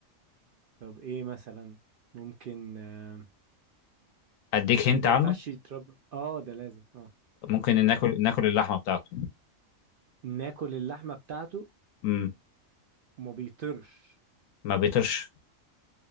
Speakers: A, on the right (about 60°); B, on the left (about 80°).
A: طب إيه مثلا ممكن آه،
B: أديك هنت
A: ما
B: عنه
A: ينفعش يتربى آه ده لازم آه
B: ممكن ناكل ناكل اللحمة بتاعته
A: ناكل اللحمة بتاعته
B: مم.
A: وما بيطيرش
B: ما بيطيرش